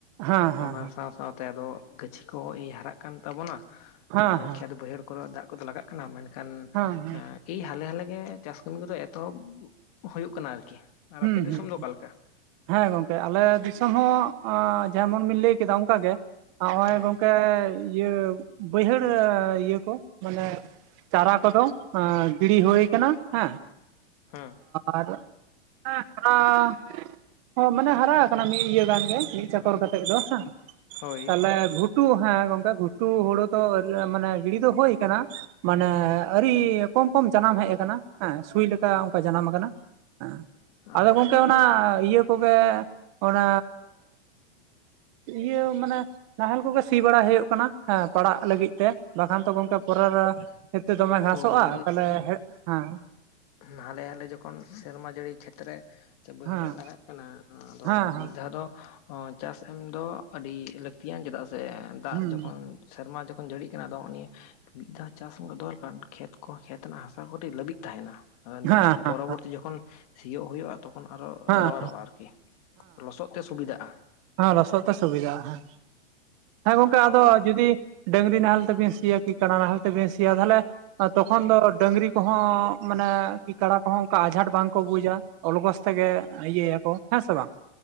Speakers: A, on the right (about 30°); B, on the left (about 35°).
A: ᱦᱮᱸ
B: ᱚᱱᱟ
A: ᱦᱮᱸ
B: ᱥᱟᱶ ᱥᱟᱶᱛᱮ ᱟᱫᱚ ᱜᱟᱹᱪᱷᱤ ᱠᱚᱭ ᱦᱟᱨᱟᱜ ᱠᱟᱱ ᱛᱟᱵᱚᱱᱟ,
A: ᱦᱮᱸ
B: ᱢᱮᱱᱠᱷᱟᱱ
A: ᱦᱮᱸ
B: ᱠᱷᱮᱛ ᱵᱟᱹᱭᱦᱟᱹᱲ ᱠᱚᱨᱮ ᱫᱟᱜ ᱠᱚ ᱫᱚ ᱞᱟᱜᱟᱜ ᱠᱟᱱᱟ ᱢᱮᱱ ᱠᱷᱟᱱ
A: ᱦᱮᱸ ᱦᱮᱸ
B: ᱮᱻ ᱮ ᱦᱟᱞᱮ ᱦᱟᱞᱮ ᱜᱮ ᱪᱟᱥ ᱠᱟᱹᱢᱤ ᱠᱚ ᱫᱚ ᱮᱛᱚᱦᱚᱵᱽ ᱦᱩᱭᱩᱜ ᱠᱟᱱᱟ ᱟᱨᱠᱤ ᱟᱨ
A: ᱦᱩᱸ
B: ᱟᱯᱮ ᱫᱤᱥᱚᱢ
A: ᱦᱩᱸ
B: ᱫᱚ ᱚᱠᱟ ᱞᱮᱠᱟ
A: ᱦᱮᱸ ᱜᱚᱝᱠᱮ ᱟᱞᱮ ᱫᱤᱥᱚᱢ ᱦᱚᱸ ᱟᱻ ᱡᱮᱢᱚᱱ ᱵᱤᱱ ᱞᱟᱹᱭ ᱠᱮᱫᱟ ᱚᱱᱠᱟ ᱜᱮ᱾ ᱱᱚᱜᱼᱚᱭ
B: ᱦᱮᱸ
A: ᱜᱚᱝᱠᱮ ᱤᱭᱟᱹ ᱵᱟᱹᱭᱦᱟᱹᱲ ᱤᱭᱟᱹ ᱠᱚ ᱢᱟᱱᱮ ᱪᱟᱨᱟ ᱠᱚ ᱫᱚ ᱟᱻ ᱜᱤᱲᱤ ᱦᱳᱭ ᱠᱟᱱᱟ ᱦᱮᱸ
B: ᱦᱮᱸ
A: ᱟᱨ <unintelligible> ᱦᱳ ᱢᱟᱱᱮ ᱦᱟᱨᱟ ᱟᱠᱟᱱᱟ ᱢᱤᱫ ᱤᱭᱟᱹ ᱜᱟᱱ ᱜᱮ ᱢᱤᱫ ᱪᱟᱠᱚᱨ ᱠᱟᱛᱮᱜ ᱫᱚ ᱦᱮᱸ
B: ᱦᱳᱭ
A: ᱛᱟᱦᱞᱮ ᱵᱷᱩᱴ ᱴᱩ ᱦᱮᱸ ᱜᱚᱝᱠᱮ ᱜᱷᱩᱴᱩ ᱦᱩᱲᱳ ᱫᱚ ᱢᱟᱱᱮ ᱜᱤᱲᱤ ᱫᱚ ᱦᱩᱭ ᱠᱟᱱᱟ᱾ ᱢᱟᱱᱮ ᱟᱹᱨᱤ ᱠᱚᱢ ᱠᱚᱢ ᱡᱟᱱᱟᱢ ᱦᱮᱡ ᱟᱠᱟᱱᱟ ᱦᱮᱸ ᱥᱩᱭ ᱞᱮᱠᱟ ᱚᱱᱠᱟ ᱡᱟᱱᱟᱢ ᱟᱠᱟᱱᱟ᱾ ᱦᱮᱸ
B: ᱟᱪᱪᱷᱟ
A: ᱟᱫᱚ ᱜᱚᱝᱠᱮ ᱚᱱᱟ
B: ᱵᱟ
A: ᱤᱭᱟᱹ ᱠᱚᱜᱮ ᱚᱱᱟ ᱤᱭᱟᱹ ᱢᱟᱱᱮ ᱱᱟᱦᱮᱞ ᱠᱚᱜᱮ ᱥᱤ ᱵᱟᱲᱟᱭ ᱦᱩᱭᱩᱜ ᱠᱟᱱᱟ ᱦᱮᱸ ᱯᱟᱲᱟᱜ ᱞᱟᱹᱜᱤᱫ ᱛᱮ ᱵᱟᱠᱷᱟᱱ ᱛᱚ ᱜᱚᱝᱠᱮ ᱯᱚᱨᱮ ᱤᱛᱟᱹ ᱫᱚᱢᱮ ᱜᱷᱟᱥᱚᱜ-ᱟ
B: ᱦᱳᱭ
A: ᱛᱟᱦᱞᱮ ᱦᱮᱫ ᱦᱮᱸ
B: ᱦᱟᱞᱮ ᱦᱟᱞᱮ ᱡᱚᱠᱷᱚᱱ ᱥᱮᱨᱢᱟ ᱡᱟᱹᱲᱤ ᱠᱷᱮᱛ ᱨᱮ ᱥᱮ ᱵᱟᱹᱭᱦᱟᱹᱲ
A: ᱦᱮᱸ
B: ᱨᱮ ᱞᱟᱜᱟᱜ ᱠᱟᱱᱟ ᱟᱫᱚ
A: ᱦᱮᱸ
B: ᱢᱤᱫ ᱫᱷᱟᱣ ᱫᱚ ᱦᱚᱸ ᱪᱟᱥ ᱮᱢ ᱫᱚ ᱟᱹᱰᱤ ᱞᱟᱹᱠᱛᱤᱭᱤᱭᱟ ᱪᱮᱫᱟᱜ ᱥᱮ ᱫᱟᱜ
A: ᱦᱩᱸ
B: ᱡᱚᱠᱷᱚᱱ ᱥᱮᱨᱢᱟ ᱡᱚᱠᱷᱚᱱ ᱡᱟᱹᱲᱤᱜ ᱠᱟᱱᱟ ᱟᱫᱚ ᱚ ᱱᱤᱭᱟᱹ ᱢᱤᱫ ᱫᱷᱟᱣ ᱪᱟᱥ ᱢᱟ ᱫᱚᱨᱠᱟᱱ ᱠᱷᱮᱛ ᱠᱚ ᱠᱷᱮᱛ ᱨᱮᱱᱟᱜ ᱦᱟᱥᱟ ᱠᱚ ᱠᱟᱹᱴᱤᱡ ᱞᱟᱹᱵᱤᱜ ᱛᱟᱦᱮᱱᱟ᱾ ᱟᱵᱟᱨ
A: ᱦᱮᱸ
B: ᱱᱮᱠᱥᱴ
A: ᱦᱮᱸ
B: ᱯᱚᱨᱚᱵᱚᱨᱛᱤ ᱡᱚᱠᱷᱚᱱ ᱥᱤᱭᱳᱜ ᱦᱩᱭᱩᱜ-ᱟ᱾ ᱛᱚᱠᱷᱚᱱ ᱟᱨᱚ
A: ᱦᱮᱸ
B: ᱞᱟᱣᱟᱨᱚᱜ-ᱟ ᱟᱨᱠᱤ ᱞᱚᱥᱚᱫ ᱛᱮ ᱥᱩᱵᱤᱫᱟᱜ-ᱟ᱾
A: ᱦᱟᱸ ᱞᱚᱥᱚᱫ ᱛᱮ ᱥᱩᱵᱤᱫᱟᱜ ᱦᱟᱸ ᱦᱟᱸ ᱜᱚᱝᱠᱮ
B: ᱦᱳᱭ
A: ᱟᱫᱚ ᱡᱩᱫᱤ ᱰᱟᱹᱝᱨᱤ ᱱᱟᱦᱮᱞ ᱛᱮᱵᱮᱱ ᱥᱤᱭᱟ ᱠᱤ ᱠᱟᱰᱟ ᱱᱟᱦᱟᱞ ᱛᱮᱵᱮᱱ ᱥᱤᱭᱟ ᱛᱟᱦᱚᱞᱮ ᱛᱚᱠᱷᱚᱱ ᱫᱚ ᱰᱟᱹᱝᱨᱤ ᱠᱚᱦᱚᱸ ᱢᱟᱱᱮ ᱠᱤ ᱠᱟᱲᱟ ᱠᱚᱦᱚᱸ ᱚᱱᱠᱟ ᱟᱸᱡᱷᱟᱴ ᱵᱟᱝᱠᱚ ᱵᱩᱡᱟ᱾ ᱚᱞᱜᱚᱥ ᱛᱮᱜᱮ ᱤᱭᱟᱹᱭ ᱟᱠᱚ ᱦᱮᱸ ᱥᱮ ᱵᱟᱝ?